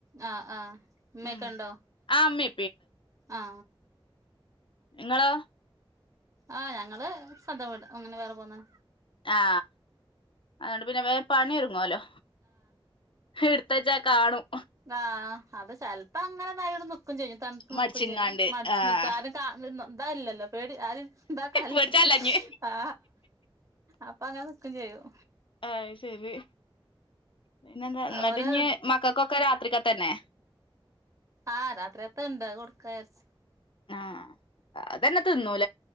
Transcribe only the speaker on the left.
ഉം
ആ ഇമ്മീം
നിങ്ങളോ
ആ അതുകൊണ്ട് പിന്നെ വേഗം പണിയൊരുങ്ങുവല്ലോ എടുത്തച്ചാ കാണും
മടിച്ചിങ്ങാണ്ട്
ആഹ്
പേടിച്ചാല്ലഞ്ഞ്
ആഹ് ശരി പിന്നെ എന്താ എന്നിട്ട്
ഇഞ് മക്കൾക്കൊക്കെ രാത്രിക്കത്തെ തന്നെ
ആഹ് അതന്നെ തിന്നുവോല്